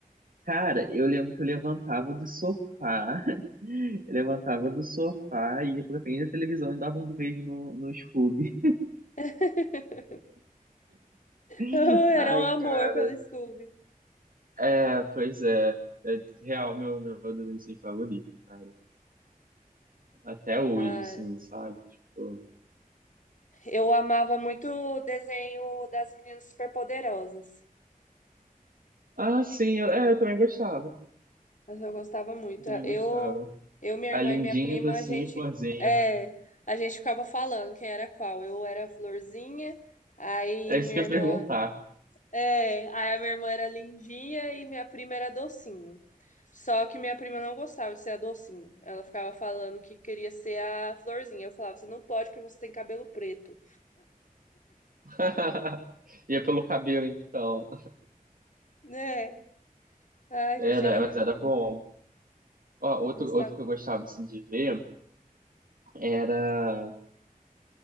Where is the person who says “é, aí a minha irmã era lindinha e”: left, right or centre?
Left